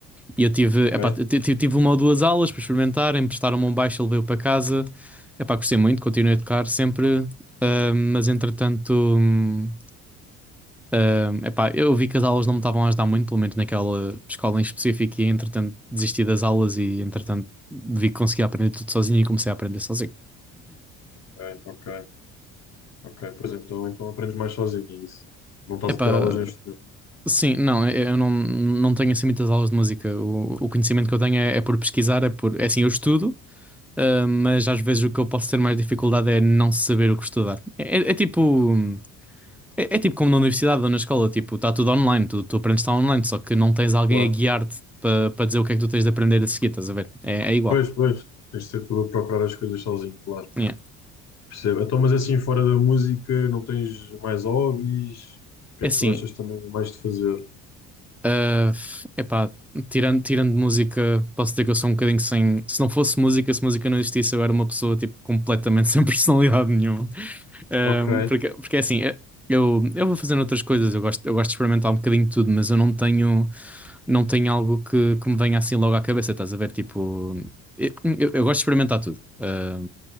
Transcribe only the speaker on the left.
É?
É, ok, ok. Pois então, então aprendes mais sozinho, é isso. Não estás
a ter aulas neste momento,
claro.
Pois, pois, tens de ser tu a procurar as coisas sozinho, claro.
Percebo. Então, mas assim, fora da música, não tens mais hobbies? O que
é
que tu gostas também mais de fazer?
Ok,